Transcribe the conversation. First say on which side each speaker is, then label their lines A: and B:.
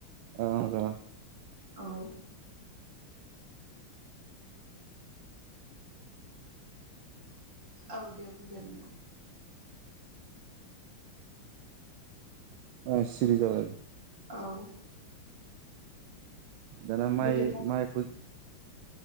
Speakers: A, on the right; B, on the right.
A: ओ र'
B: औ । औ दे बुंदो नोंथां
A: ओ सिरि जाबाय ।
B: औ ।
A: उम माय
B: बिदिब्ला
A: मायखो